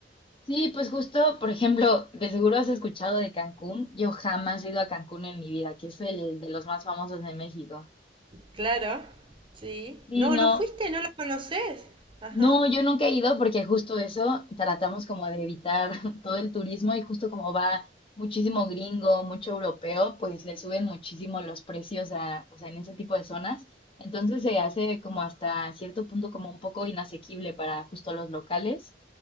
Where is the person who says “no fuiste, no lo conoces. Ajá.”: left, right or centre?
Right